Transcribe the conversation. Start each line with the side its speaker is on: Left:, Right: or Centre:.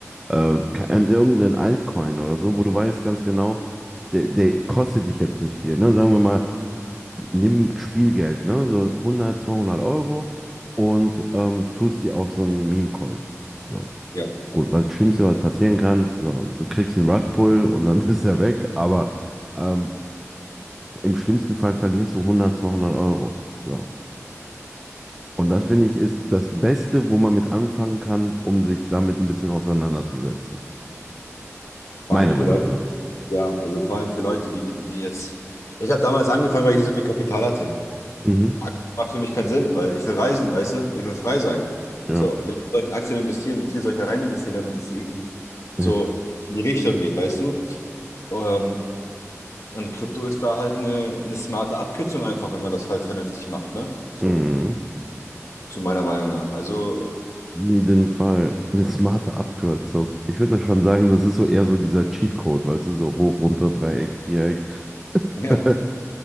Centre: äh, ke- an irgendeinen Altcoin oder so, wo du weißt ganz genau, der, der kostet dich jetzt nicht viel. Ne? Sagen wir mal, nimm Spielgeld, ne? So hundert zweihundert Euro und ähm, tust die auf so einen Meme-Coin. So.
Left: Ja.
Centre: Gut, was Schlimmste, was passieren kann, so, du kriegst einen Rugpull und dann <laughs> ist er weg, aber. Ähm, im schlimmsten Fall verlierst du 100, 200 Euro. So. Und das finde ich ist das Beste, wo man mit anfangen kann, um sich damit ein bisschen auseinanderzusetzen.
Left: Vor
Centre: Meiner
Left: allem für
Centre: Meinung
Left: Leute,
Centre: nach.
Left: ja, also vor allem für Leute, die, nie- nie jetzt. Ich habe damals angefangen, weil ich nicht so viel Kapital hatte.
Centre: Mhm.
Left: Aktien macht für mich keinen Sinn, weil ich will reisen, weißt du? Ich will frei sein.
Centre: Ja.
Left: So, wie lange soll ich in Aktien investieren? Wie viel soll ich da rein investieren, damit es irgendwie so
Centre: Ja.
Left: in die Richtung geht, weißt du? Ähm, und Krypto ist da halt eine, eine smarte Abkürzung einfach, wenn man das halt vernünftig macht, ne? So,
Centre: Mhm.
Left: zu meiner Meinung nach. Also,
Centre: Jeden Fall. Eine smarte Abkürzung. Ich würde schon sagen, das ist so eher so dieser Cheatcode, weißt du, so hoch, runter, Dreieck, Viereck.
Left: ja,
Centre: <laughs>